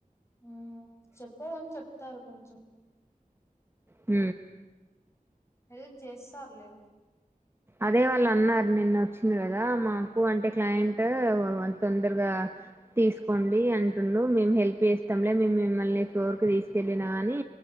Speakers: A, on the left; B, on the right.
A: హు చెప్పదం చెప్ప తారు కొంచెం
B: హ
A: హెల్ప్ చేస్తారులే
B: అదే వాళ్ళు అన్నారు నిన్న వచ్చి కదా మాకు అంటే క్లయింట్ తొందరగా తీసుకోండి అంటుండు మేము హెల్ప్ చేస్తాంలే మే మిమ్మల్ని ఫ్లోర్ క తీసుకెళ్ళిన కాగానీ